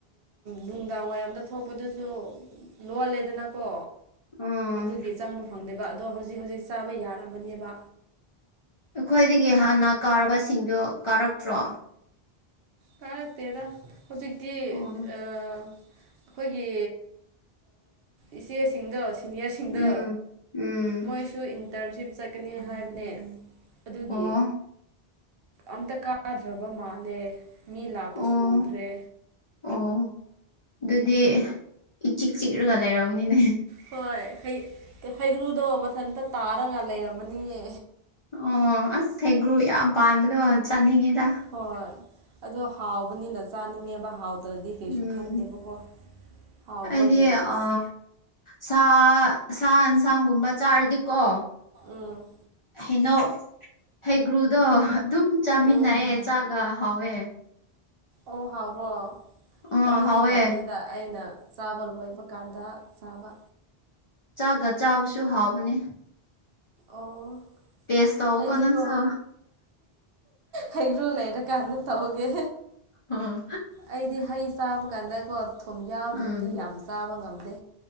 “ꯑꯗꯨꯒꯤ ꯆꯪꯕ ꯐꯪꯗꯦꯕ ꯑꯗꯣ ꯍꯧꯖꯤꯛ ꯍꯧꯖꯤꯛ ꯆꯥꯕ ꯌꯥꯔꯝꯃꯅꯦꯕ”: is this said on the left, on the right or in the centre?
Right